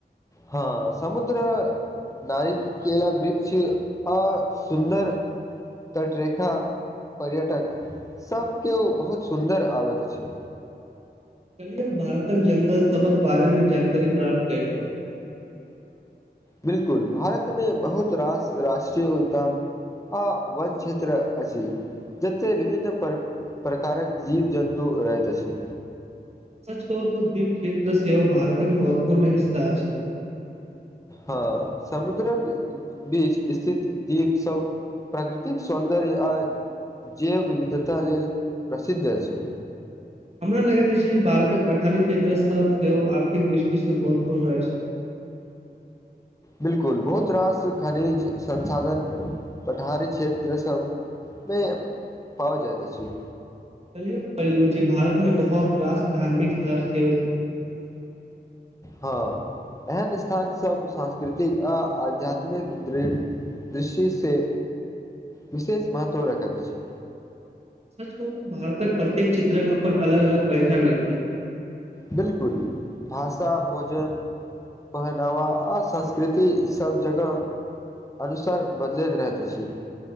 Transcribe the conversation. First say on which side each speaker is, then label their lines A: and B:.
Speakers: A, on the left; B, on the right.
A: हँ समुद्र नारी केला ब्रिक्ष अ सुन्दर तटरेखा पर्यटक सब केओ बहुत सुन्दर आबैत अछि
B: कलि यम भारतक जंगल सभक बारेमे जानकारी प्राप्त कलियौ <inaudible>
A: बिल्कुल भारतमे बहुत रास राष्ट्रीय उद्यम आ वन क्षेत्र अछि जते विभिन्न पर प्रकारक जीव जन्तु रहैत अछि
B: सच कहू तो दीप क्षेत्र सेव भारतक महत्वपूर्ण हिस्सा अछि
A: हँ समुद्रक बीच स्थित दीप सब प्राकृतिक सौन्दर्य आज जैव विविधता लेल प्रसिद्ध अछि
B: हमरा लगैत अछि भारतक पठारी क्षेत्र सब सेहो आर्थिक दृष्टिस महत्वपूर्ण अछि <inaudible>
A: बिल्कुल बहुत रास खनिज संसाधन पठारी क्षेत्र सब नहि पहुँच जाइत अछि
B: कहलिय पलियो जे भारत मे बहुत रास धार्मिक शहर सेहो छ थि
A: हँ एहन स्थान सब सांस्कृतिक आ आध्यात्मिक दृ- दृष्टि से विशेष महत्व रखैत अछि
B: सच कहू त भारतक प्रत्येक चित्रक अपन अलग अलग पहचान अछि
A: बिल्कुल भाषा भोजन पहनावा आ संस्कृति सब जगह अनुसार बदलैत रहैत अछि